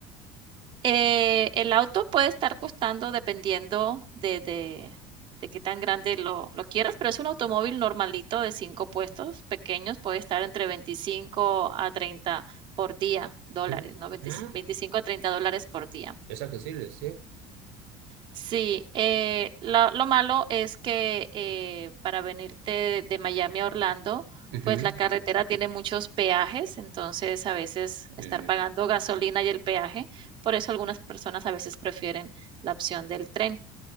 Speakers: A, on the right; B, on the right.
A: eh, el auto puede estar costando dependiendo de de de qué tan grande lo lo quieras, pero es un automóvil normalito de 5 puestos, pequeños, puede estar entre 25 a treinta por día, dólares,
B: Ujú.
A: ¿no? Veintis
B: Ah,
A: $25 a $30 por día.
B: es accesible, sí.
A: Sí, eh, lo, lo malo es que eh, para venirte de, de Miami a Orlando,
B: Ujú.
A: pues la carretera tiene muchos peajes, entonces a veces estar
B: Mm,
A: pagando gasolina y el peaje, por eso algunas personas a veces prefieren la opción del tren.